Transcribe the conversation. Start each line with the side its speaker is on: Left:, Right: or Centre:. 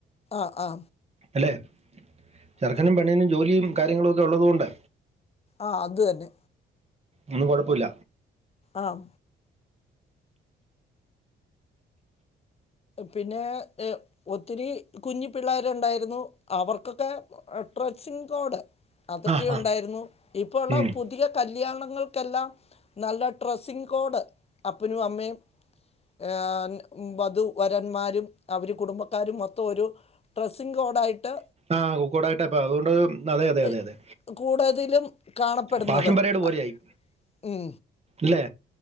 Left: ആഹ്
Right: അല്ലേ ചെറ്ക്കനും പെണീനും ജോലിയും കാര്യങ്ങളൊക്കെ ഉള്ളതു കൊണ്ട്
Left: അഹ് അത് തന്നെ
Right: ഒന്നും കൊഴപ്പുല്ല
Left: ആഹ്ഹ് പിന്നേയ് ഹ്ഹ് ഒത്തിരി കുഞ്ഞു പിള്ളേരുണ്ടായിരുന്നു അവർക്കൊക്കെ ഡ്രസ്സിങ് കോർഡ് അതൊക്കെ
Right: ആ
Left: ഉണ്ടായിരുന്നു
Right: ആ
Left: ഇപ്പ ഉള്ള
Right: ഉം.
Left: പു ധിക കല്യാണങ്ങൾക്കെല്ലാം നല്ല ഡ്രസ്സിങ് കോഡ് അപ്പനും അമ്മയും ഏഹ് വധു വരന്മാരും അവര് കുടുംബക്കാരും മൊത്തം ഒരു ഡ്രസ്സിംഗ് കോഡ് ആയിട്ട്
Right: ആഹ് കൂക്കോടായിട്ട് അപ്പൊ അതുകൊണ്ട് അതെ അതെ
Left: ഏ,
Right: അതെ അതെ
Left: കൂടുതലും കാണപ്പെടുന്നത്
Right: പാഷം പരേട് പോലെ
Left: അ-
Right: ആയി
Left: ഉം
Right: ല്ലെ